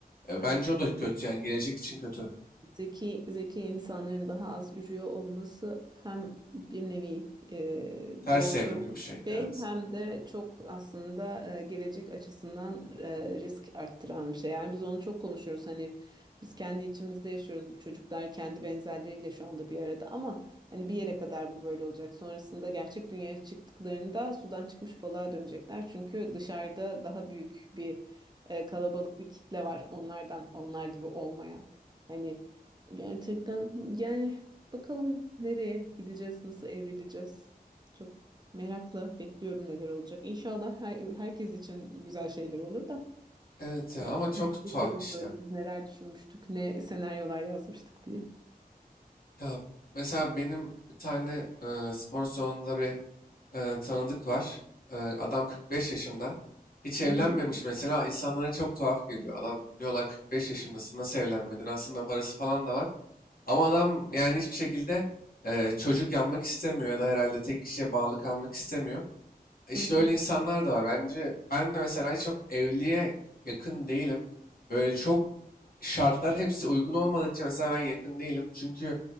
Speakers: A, on the left; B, on the right.
A: E,
B: Maalesef.
A: bence o da kötü yani gelecek için kötü.
B: Zeki zeki insanların daha az ürüyor olması hem bir nevi e,
A: Ters
B: doğru
A: evrim gibi bir şey.
B: şey
A: Evet.
B: hem de çok aslında e, gelecek açısından e, risk arttıran bir şey. Yani biz onu çok konuşuyoruz. Hani biz kendi içimizde yaşıyoruz. Bu çocuklar kendi benzerleriyle şu anda bir arada ama hani bir yere kadar bu böyle olacak. Sonrasında gerçek dünyaya çıktıklarında sudan çıkmış balığa dönecekler. Çünkü dışarıda daha büyük bir e, kalabalık bir kitle var onlardan, onlar gibi olmayan. Hani Gerçekten yani bakalım nereye gideceğiz, nasıl evrileceğiz. Çok merakla bekliyorum neler olacak. İnşallah her, herkes için güzel şeyler olur da.
A: Evet ya
B: Yani
A: ama
B: biz
A: çok
B: geçeriz
A: tuhaf işte.
B: böyle biz neler düşünmüştük, ne senaryolar yazmıştık diye.
A: Ya mesela benim bir tane e, spor salonunda bir e, tanıdık var. E, adam 45 yaşında. Hiç evlenmemiş
B: Hı hı,
A: mesela. İnsanlara çok tuhaf geliyor. Adam diyorlar 45 yaşındasın nasıl evlenmedin? Aslında parası falan da var. Ama adam yani hiçbir şekilde e, çocuk yapmak istemiyor ya da herhalde tek kişiye bağlı kalmak istemiyor. İşte
B: hı
A: öyle insanlar da var. Bence ben de mesela çok evliliğe yakın değilim. Böyle çok şartlar hepsi uygun olmadıkça mesela ben yakın değilim. Çünkü